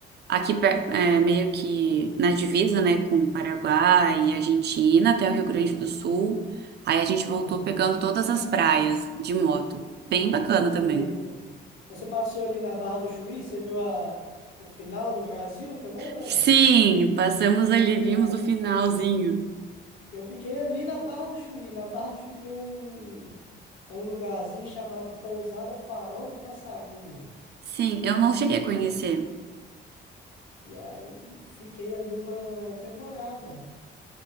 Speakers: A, on the right; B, on the left.
A: aqui per- é, meio que na divisa, né, com o Paraguai e Argentina até o Rio Grande do Sul. Aí a gente voltou
B: aham.
A: pegando todas as praias de moto. Bem bacana também.
B: Maneiro. Então você passou ali na Barra do Chuí, você viu a, o final do Brasil também ou
A: Sim,
B: não?
A: passamos ali, vimos
B: A-
A: o finalzinho.
B: Eu fiquei ali na Barra do Chuí. Na Barra do Chuí tem um, um lugarzinho chamado Pousada Farol do Passarinho.
A: Sim, eu não
B: Se
A: cheguei
B: não-
A: a conhecer.
B: E aí fiquei ali uma temporada.